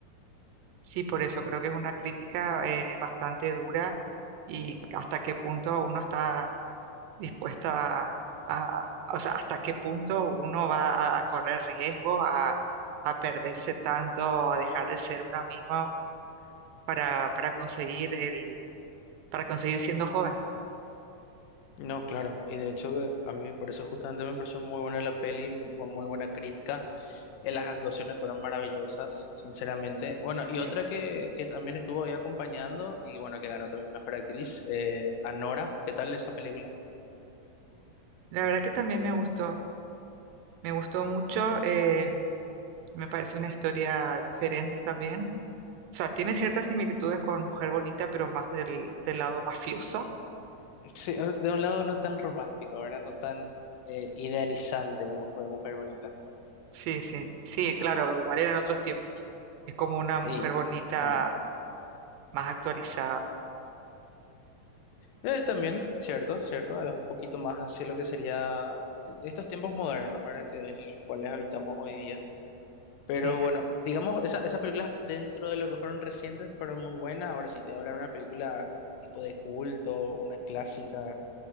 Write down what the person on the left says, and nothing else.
No, claro, y de hecho que a mí por eso justamente me pareció muy buena la peli, mu- con muy buena crítica, Eh, las actuaciones fueron maravillosas, sinceramente. Bueno, y
otra que, que también estuvo ahí acompañando y bueno, que ganó también Mejor Actriz, eh, Anora, ¿qué tal esa película?
Sí, eh, de un lado no tan romántico, ahora no tan eh, idealizante como fue Mujer Bonita.
Y
también.
Eh, también, cierto, cierto, es un poquito más hacia lo que sería estos tiempos modernos, ahora que en los cuales habitamos hoy día. Pero
bueno,
digamos, esa- esas películas dentro de lo que fueron recientes fueron muy buenas. Ahora, si te voy a hablar de una película tipo de culto, una clásica